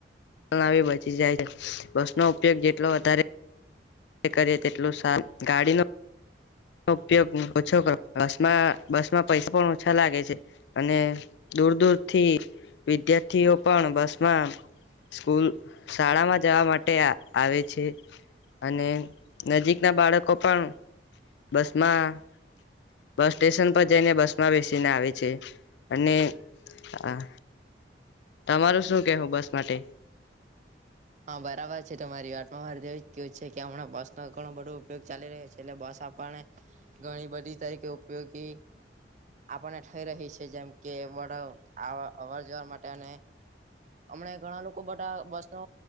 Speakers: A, on the left; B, on the right.
A: આવી બચી જાય છે, બસનો ઉપયોગ જેટલો વધારે કરીએ તેટલું સારુ ગાડીનો ઉપયોગ ઓછો કરો બસમાં બસમાં પૈસા પણ ઓછા લાગે છે, અને દૂર દૂરથી વિદ્યાર્થીઓ પણ બસમાં સ્કૂલ શાળામાં જવા માટે આવે છે. અને નજીકના બાળકો પણ બસમાં બસ સ્ટેશન પર જઈને બસમાં બેસીને આવે છે, અને હા તમારું શું કેવું બસ માટે?
B: હા બરાબર છે, તમારી વાતમા હર દેવી કયો છે, કે હમણા બસનો ઘણો બધો ઉપયોગ ચાલી રહ્યો છે, એટલે બસ આપને ઘણી બધી તરીકે ઉપ યોગી. આપણને થઈ રહી છે, જેમ કે વધ આ અવર જવર માટે અને હમણા ઘણા લોકો બધા બસનો